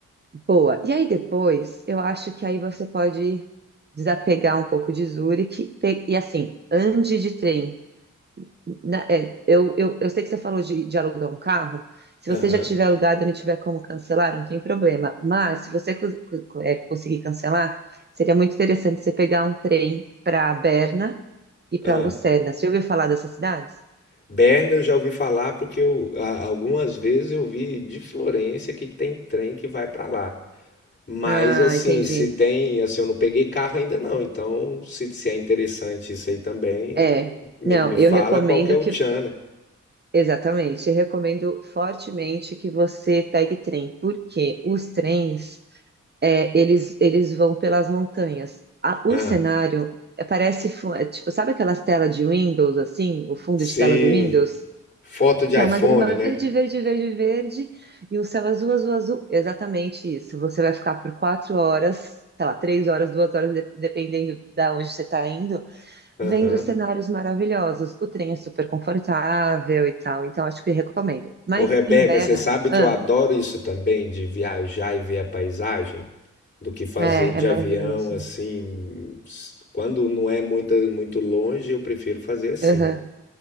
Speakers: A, on the right; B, on the left.
A: Boa. E aí depois, eu acho que aí você pode desapegar um pouco de Zurich pe- e assim, ande de trem. Na- é, eu, eu, eu sei que você falou de, de alugar um carro. Se
B: Aham,
A: você já tiver alugado e não tiver como cancelar, não tem problema. Mas se você cons- co- é, conseguir cancelar, seria muito interessante você pegar um trem para Berna e para
B: aham.
A: Lucerna. Você já ouviu falar dessas cidades?
B: Berna eu já ouvi falar porque eu, a- algumas vezes eu vi de Florença que tem trem que vai para lá. Mas
A: Ah,
B: assim,
A: entendi.
B: se tem, assim, eu não peguei carro ainda não, então se, se é interessante isso aí também,
A: É.
B: me,
A: Não,
B: me
A: eu
B: fala
A: recomendo
B: qual que é o
A: que
B: tchan, né?
A: Exatamente. Recomendo fortemente que você pegue trem, porque os trens, é, eles, eles vão pelas montanhas. A-
B: Ah,
A: o cenário é, parece, fu- é, tipo, sabe aquelas telas de Windows, assim, o fundo
B: sim,
A: de tela do Windows?
B: foto de
A: Que é
B: iPhone,
A: uma grama
B: né?
A: verde, verde, verde, verde, e um céu azul, azul, azul. Exatamente isso. Você vai ficar por quatro horas, sei lá, três horas, duas horas, de- dependendo da onde você está indo.
B: Aham.
A: Vendo cenários maravilhosos. O trem é super confortável e tal, então acho que recomendo. Mas
B: Ô Rebeca,
A: em Berna,
B: você sabe que
A: ah,
B: eu adoro isso também, de viajar e ver a paisagem, do que fazer
A: é,
B: de
A: é maravilhoso.
B: avião, assim, s- quando não é muito, muito longe, eu prefiro fazer assim.
A: Aham,